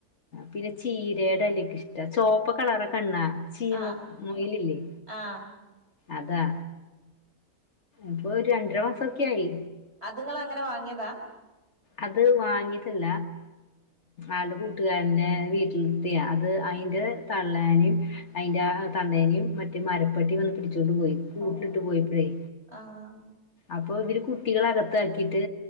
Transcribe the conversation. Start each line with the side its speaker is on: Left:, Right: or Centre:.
Left: പിന്നെ ചീരയുടെ എലക്കെ ഇഷ്ട ചോപ്പ് കളറ് കണ്ണാ ചീമം
Right: ആഹ്
Left: മുയല് ല്ലേ
Right: ആഹ്
Left: അതാ ഇപ്പൊ ഒരു രണ്ടര മാസംക്കെ ആയി
Right: അത്ങ്ങള് അങ്ങനെ വാങ്ങിയതാ
Left: അത് വാങ്ങിത് അല്ല ആളുടെ കൂട്ടുകാരനെ വീട്ടിലിത്തിയ അത് അയിന്റെ തള്ളേനിം അയിന്റെ ആ തന്തേനിം മറ്റേ മരപ്പെട്ടി വന്ന് പിടിച്ചോണ്ട് പോയി കൂട്ടിലിട്ട്
Right: ഓഹ്
Left: പോയപ്പഴേ
Right: ആഹ്
Left: അപ്പൊ ഇവര് കുട്ടികള അകത്താ ക്കിട്ട്